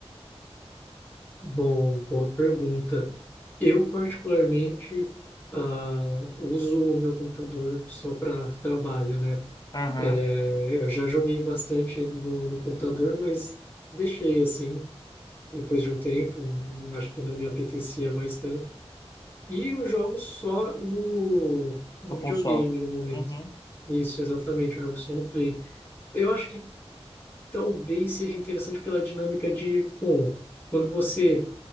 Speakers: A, on the left; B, on the left.
A: Bom, boa pergunta. Eu particularmente ah, uso o meu computador só para trabalho, né?
B: Aham,
A: É, eu já joguei bastante no, no computador, mas deixei assim depois de um tempo, acho que não me apetecia mais tanto. E eu jogo só no, no
B: no console.
A: videogame no momento.
B: Uhum,
A: Isso, exatamente, eu jogo só no Play. Eu acho que talvez seja interessante pela dinâmica de, bom, quando você